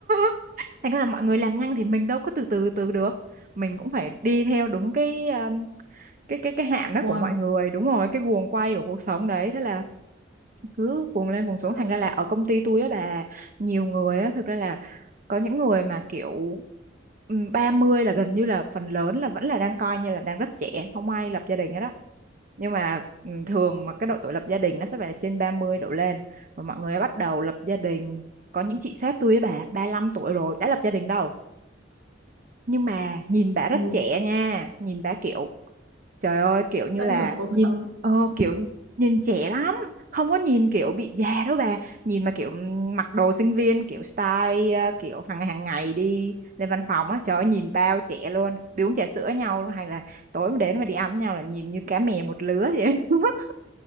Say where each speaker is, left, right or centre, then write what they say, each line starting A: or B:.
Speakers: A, on the right; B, on the right.
A: <laughs> thành ra là mọi người làm nhanh thì mình đâu có từ từ từ được mình cũng phải đi theo đúng cái cái cái cái hạn
B: Guồng
A: đó của mọi người đúng rồi cái guồng quay của cuộc sống đấy thế là cứ cuồng lên cuồng xuống
B: à,
A: thành ra là ở công ty tôi á bà nhiều người á thực ra là có những người mà kiểu ừm, 30 là gần như là phần lớn là vẫn là đang coi như là đang rất trẻ không ai lập gia đình hết đó nhưng mà ừm, thường mà cái độ tuổi lập gia đình nó sẽ phải trên 30 đổ lên và mọi người bắt đầu lập gia đình có những chị sếp tôi ấy bà 35 tuổi rồi đã lập gia đình đâu nhưng mà nhìn bà rất
B: ừ,
A: trẻ nha nhìn bà kiểu Trời ơi kiểu như
B: tận
A: là
B: hưởng cuộc
A: nhìn
B: sống
A: ờ, kiểu nhìn trẻ lắm không có nhìn kiểu bị già đâu bà nhìn mà kiểu ừm, mặc đồ sinh viên kiểu style ờ, kiểu hàng hàng ngày đi lên văn phòng á trời ơi nhìn bao trẻ luôn đi uống trà sữa nhau luôn, hay là tối mà đến mà đi ăn với nhau là nhìn như cá mè một lứa vậy <laughs>